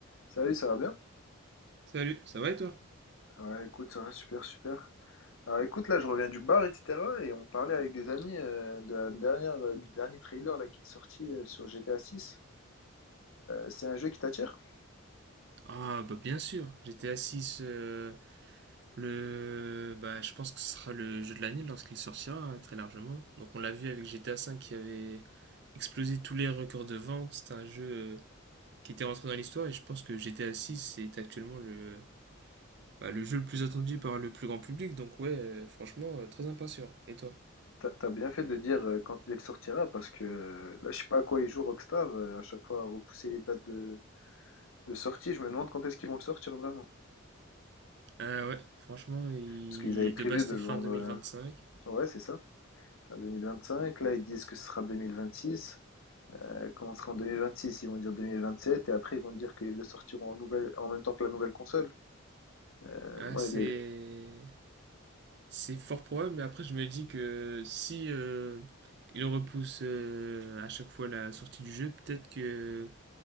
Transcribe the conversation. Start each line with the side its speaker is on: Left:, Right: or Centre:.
Left: Salut, ça va bien?
Right: Salut, ça va et toi?
Left: Ouais, écoute, ça va super, super. Alors écoute, là, je reviens du bar, etc. Et on parlait avec des amis euh, de la dernière, euh, du dernier trailer là, qui est sorti euh, sur GTA 6. c'est un jeu qui t'attire?
Right: Ah, bah bien sûr, GTA 6, euh, le, bah, je pense que ce sera le jeu de l'année lorsqu'il sortira, hein, très largement. Donc on l'a vu avec GTA 5 qui avait explosé tous les records de vente, c'était un jeu euh, qui était rentré dans l'histoire et je pense que GTA six est actuellement le, bah, le jeu le plus attendu par le plus grand public, donc ouais, euh, franchement, euh, très impatient. Et toi?
Left: T'as t'as bien fait de dire euh, quand il sortira, parce que euh, là, je sais pas à quoi ils jouent Rockstar. euh, à chaque fois, repousser les dates de, de sortie, je me demande quand est-ce qu'ils vont le sortir vraiment.
Right: Ah ouais, franchement, il-
Left: Parce qu'ils avaient prévu
Right: de base
Left: de
Right: c'était
Left: le
Right: fin
Left: vendre...
Right: 2025.
Left: euh, Ouais, c'est ça. Fin 2025, là, ils disent que ce sera 2026. Ça commencera en 2026, ils vont dire 2027, et après ils vont dire qu'ils le sortiront en, nouvelle, en même temps que la nouvelle console. Euh,
Right: Ah,
Left: moi,
Right: c'est...
Left: les-
Right: C'est fort probable, mais après, je me dis que si euh, il repousse euh, à chaque fois la sortie du jeu, peut-être que